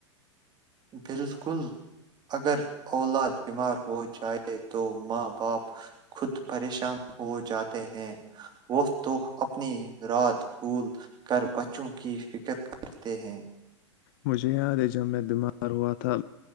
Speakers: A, on the right; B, on the left.
A: پھر کل اگر اولاد بیمار ہو جائے تو ماں باپ خود پریشان ہو جاتے ہیں وہ تو اپنی رات بھول کر بچوں کی فکر کرتے ہیں
B: مجھے یاد ہے جب میں بیمار ہوا تھا